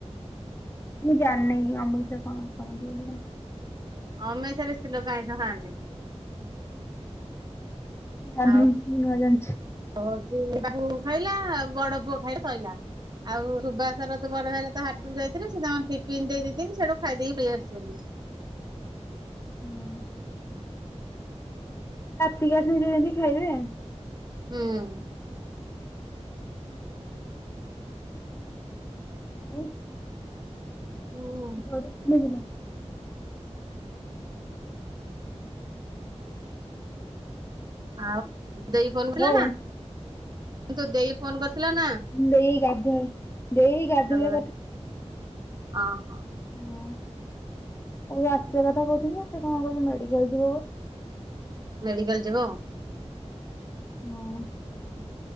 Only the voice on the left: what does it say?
ମୁଁ ଜାଣିନି ଅମେଶା କଣ କରନ୍ତି ବୋଲି?
ଆଜଣିଛି
<unintelligible>
ହଁ
ହଁ। ରାତିକି ଆସି ଯେମିତି ଖାଇବେ।
ଉଁ ହୁଁ।
ଘର ଥିଲେ କିିବା <unintelligible>
ବୋଉ
ଦେଇ ଗାଧୁଆଳେ ଦେଇ ଗାଧୁଆଳେ
ଓ ଆଉ ଆସିବା କଥା କହୁଥିଲେ ସେ କଣ କହୁଛି ମେଡିକାଲ ଯିବ ବୋଲି।
ହଁ।